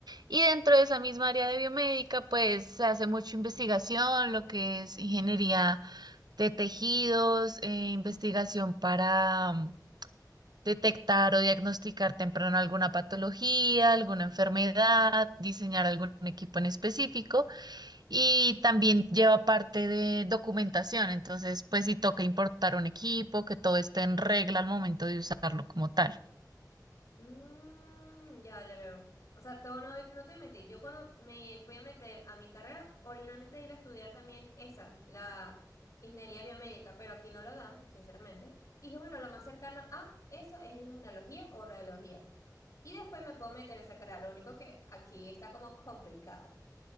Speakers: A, on the right; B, on the left.
A: Y dentro de esa misma área de biomédica, pues se hace mucha investigación, lo que es ingeniería de tejidos, eh, investigación para mm, detectar o diagnosticar temprano alguna patología, alguna enfermedad, diseñar algún equipo en específico y también lleva parte de documentación. Entonces, pues si toca importar un equipo, que todo esté en regla al momento de usarlo como tal.
B: Mm, ya, ya veo. O sea, todo no, no te mentí. Yo cuando me fui a meter a mi carrera, originalmente iba a estudiar también esa, la ingeniería biomédica, pero aquí no lo dan, sinceramente. Y dije, bueno, lo más cercano a eso es imagenología o radiología. Y después me puedo meter a esa carrera. Lo único que aquí está como complicado.